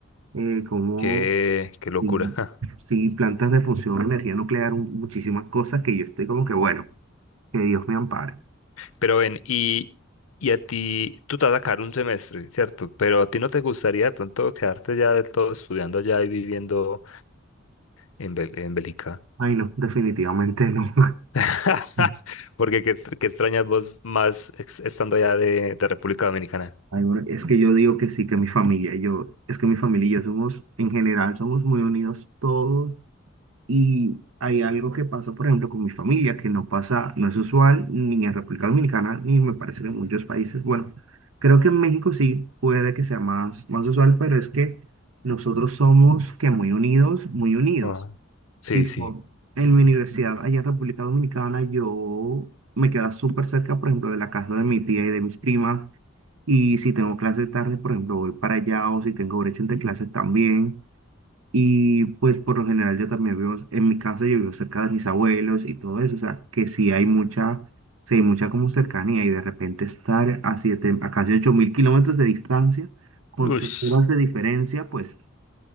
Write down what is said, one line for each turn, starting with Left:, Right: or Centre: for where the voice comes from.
Right: eh, cómo,
Left: Qué, qué locura.
Right: y,
Left: <laughs> ja.
Right: sí, plantas de función, energía nuclear, un- muchísimas cosas que yo estoy como que, bueno, que Dios me ampare.
Left: Pero ven, y, y a ti, tú te vas a sacar un semestre, ¿cierto? Pero a ti no te gustaría de pronto quedarte ya del todo estudiando allá y viviendo en, Bel- en Bélgica.
Right: Ay, no, definitivamente no.
Left: <laughs>
Right: <laughs>
Left: Porque qué, ex- qué extrañas vos más ex- estando allá de, de República Dominicana.
Right: Ay, bueno, es que yo digo que sí, que mi familia, yo, es que mi familia y yo somos, en general, somos muy unidos todos y hay algo que pasa, por ejemplo, con mi familia, que no pasa, no es usual ni en República Dominicana, ni me parece que en muchos países, bueno, creo que en México sí puede que sea más, más usual, pero es que nosotros somos que muy unidos, muy unidos.
Left: Ah, Sí,
Right: Tipo,
Left: sí.
Right: en mi universidad, allá en República Dominicana, yo me quedaba súper cerca, por ejemplo, de la casa de mi tía y de mis primas. Y si tengo clase tarde, por ejemplo, voy para allá o si tengo brecha entre clases también. Y pues por lo general yo también vivo, en mi caso yo vivo cerca de mis abuelos y todo eso, o sea, que sí hay mucha, sí hay mucha como cercanía y de repente estar a siete, a casi ocho mil kilómetros de distancia, con
Left: Ush.
Right: seis horas de diferencia, pues